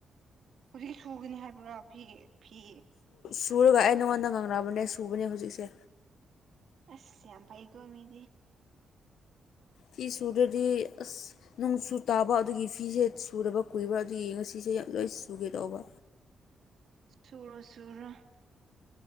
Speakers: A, on the right; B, on the left.
A: ꯍꯧꯖꯤꯛ ꯁꯨꯒꯅꯤ ꯍꯥꯏꯕ꯭ꯔꯥ ꯐꯤ ꯐꯤ
B: ꯁꯨꯔꯒ ꯑꯩ ꯅꯉꯣꯟꯗ ꯉꯥꯡꯅꯔꯕꯅꯦ ꯁꯨꯕꯅꯦ ꯍꯧꯖꯤꯛꯁꯦ
A: ꯑꯁ ꯌꯥꯝ ꯐꯩ ꯀꯣꯃꯤꯗꯤ
B: ꯐꯤ ꯁꯨꯗ꯭ꯔꯗꯤ ꯑꯁ ꯅꯣꯡꯁꯨꯨ ꯇꯥꯕ ꯑꯗꯨꯒꯤ ꯐꯤꯁꯦ ꯁꯨꯔꯕ ꯀꯨꯏꯕ ꯑꯗꯨꯒꯤ ꯉꯁꯤꯁꯦ ꯌꯥꯝ ꯂꯣꯏ ꯁꯨꯒꯦ ꯇꯧꯕ
A: ꯁꯨꯔꯣ ꯁꯨꯔꯣ